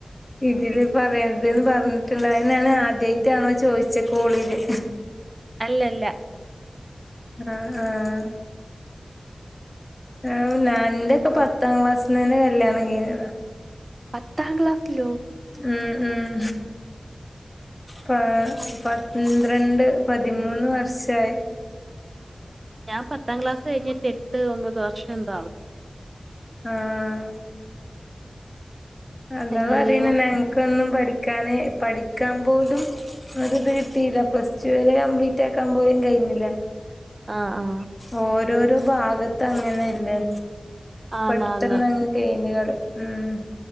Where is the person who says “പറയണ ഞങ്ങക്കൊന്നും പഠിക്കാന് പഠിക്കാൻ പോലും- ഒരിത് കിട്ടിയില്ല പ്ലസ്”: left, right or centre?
Left